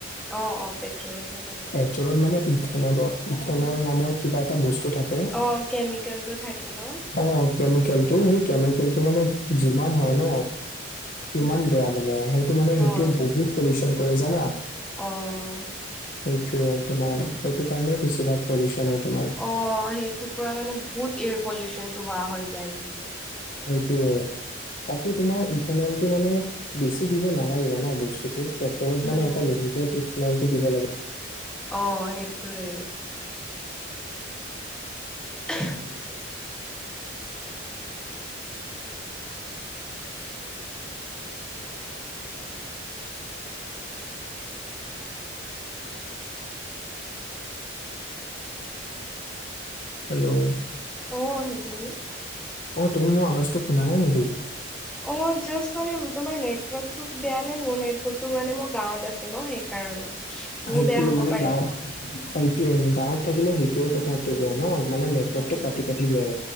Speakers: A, in the centre; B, on the left.
A: অ অ পেট্ৰলে চলে সেইবোৰ
B: পেট্ৰলত মানে ইথেনলৰ ইথেনল নামৰ কিবা এটা বস্তু থাকে
A: অ কেমিকেলটো থাকে ন
B: অ কেমিকেল টো সেই কেমিকেলটো মানে যিমান হয় ন কিমান
A: উম
B: বেয়া মানে সেইটো মানে সেইটোৱে
A: অ
B: বহুত পলিউচন কৰে জানা?
A: অ
B: এইটোৱে তোমাৰ এইটো কাৰণেই বেছিভাগ পলিউচন হয় তোমাৰ
A: অ সেইটোৰ পৰা মানে বহুত এয়াৰ পলিউচনটো হোৱা হৈ যায় কিন্তু
B: সেইটোৱে বাকী তোমাৰ ইথানলটো মানে বেছি দিব নালাগে জানা বস্তুটো পেট্ৰলত
A: উম।
B: মানে এটা লিমিটত ইথানলটো দিব লাগে
A: অ সেইটোয়ে <unintelligible>
B: হেল্ল'
A: অ হেল্ল'
B: অ তুমি মোৰ আৱাজটো শুনা নাই নেকি?
A: অ জাষ্ট মানে তোমাৰ নেটৱৰ্কটো বেয়া নে মোৰ নেটৱৰ্কটো মানে মোৰ গাঁৱত আছো ন সেইকাৰণে মোৰ
B: সেইটোৱে
A: বেয়া হব
B: মানে
A: পাৰে
B: গাঁৱত সেইটোৱে গাঁৱত থাকিলে সেইটোৱে কথাটো বেয়া ন মানে নেটৱৰ্কটো
A: উম।
B: কাটি কাটি যায়